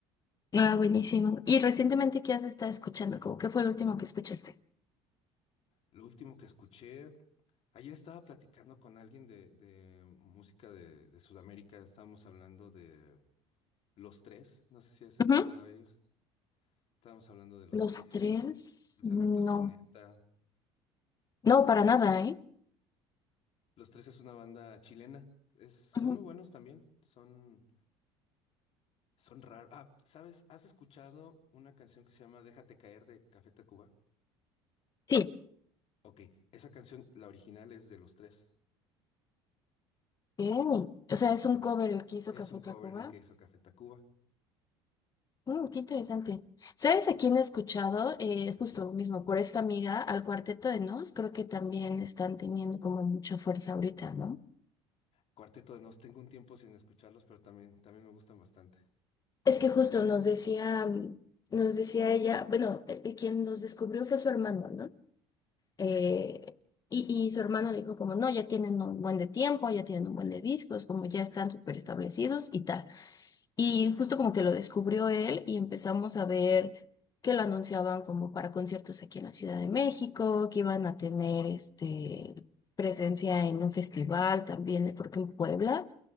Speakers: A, on the left; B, on the left.
A: ah, buenísimo. ¿Y recientemente qué has estado escuchando? ¿Cómo qué fue el último que escuchaste?
B: Lo último que escuché, ayer estaba platicando con alguien de, de música de, de Sudamérica, estábamos hablando de Los Tres, no sé si has escuchado
A: Ujú.
B: a ellos, estábamos hablando de Los
A: Los
B: Tres,
A: tres,
B: Luis
A: no,
B: Alberto Spinetta.
A: no, para nada, ¿eh?
B: Los Tres es una banda chilena, es, son
A: Ujú.
B: muy buenos también, son... Son raros. Ah, ¿sabes? ¿Has escuchado una canción que se llama Déjate caer de Café Tacuba?
A: Sí.
B: Ok, esa canción, la original es de los tres.
A: Ok. O sea, es un cover el que hizo
B: Es
A: Café
B: un cover
A: Tacuba.
B: el que hizo Café Tacuba.
A: Mm, qué interesante. ¿Sabes a quién he escuchado? Eh,
B: Aquí
A: justo
B: en
A: mismo, por esta amiga, al Cuarteto de Nos, creo que también están teniendo como mucha fuerza ahorita, ¿no?
B: Cuarteto de Nos. Tengo un tiempo sin escucharlos, pero también, también me gustan bastante.
A: Es que justo nos decía, mm, nos decía ella, bueno, eh, eh, quien nos descubrió fue su hermano, ¿no? Eh, y, y su hermano le dijo como, no, ya tienen un buen de tiempo, ya tienen un buen de discos, como ya están súper establecidos y tal. Y justo como que lo descubrió él y empezamos a ver que lo anunciaban como para conciertos aquí en la Ciudad de México, que iban a tener este, presencia en un festival también, eh, creo que en Puebla.